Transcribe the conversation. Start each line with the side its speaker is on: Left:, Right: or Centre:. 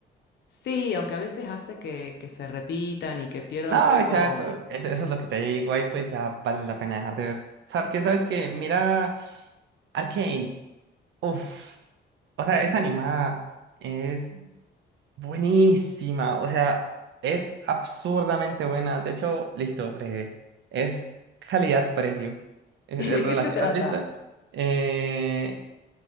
Left: Sí, aunque a veces hace que, que se repitan y que pierda
Right: No,
Left: un poco
Right: exacto. es- Eso es lo que te digo. Ahí pues ya vale la pena dejar de ver. ¿Sabes qué? ¿Sabes qué? Mira Arcane. Uf. O sea, es animada. Es buenísima. O sea, es absurdamente buena. De hecho, listo, breve. Es calidad-precio.
Left: <laughs>
Right: Eh,
Left: de
Right: eh, relati-
Left: qué se trata,
Right: ¿Has visto? <laughs> Eh,